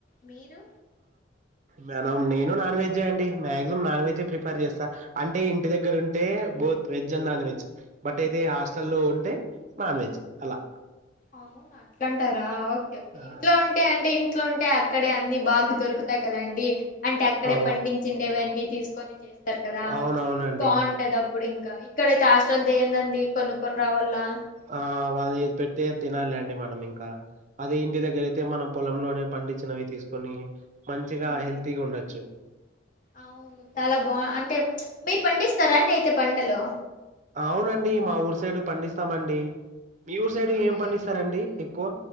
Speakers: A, on the left; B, on the right.
A: మీరు
B: మెనం నేను నాన్వెజ్జే అండి మాగ్జిమం నాన్ వెజే ప్రిఫర్ చేస్తా అంటే ఇంటి దగ్గర ఉంటే both veg and non veg but అయితే హాస్టల్లో ఉంటే నాన్ వెజ్ అలా
A: అవునా అట్లంటారా ఓకే ఓకే
B: ఆ
A: ఇంట్లో ఉంటే అంటే ఇంట్లో ఉం టే అక్కడే అన్ని బాగు దొరుకుతాయి కదండి అంటే అక్కడే
B: ఆ
A: పండించేవన్నీ తీసుకొని చేస్తారు కదా
B: అవునవునండి
A: బావుంటది అప్పుడు ఇంకా ఇక్కడైతే హాస్టల్ది ఏందండి కొనుక్కొని రావల్లా
B: ఆ వాళ్ళ ఏది పెడితే అద్ తినాలీ అండి మనం ఇంకా అదే ఇంటి దగ్గర అయితే మనం పొలంలోనే పండిచ్చినవి తీసుకొని మంచిగా
A: ఉమ్,
B: హెల్తీగుండొచ్చు
A: అవును చాలా బా అంటే మీరు పండిస్తారా అండి అయితే పంటలు
B: అవునండి మా ఊరు సైడు పండిస్తామండి. మీ ఊరు సైడ్
A: అవునా
B: పండిస్తారండి
A: ఏం
B: ఎక్కువ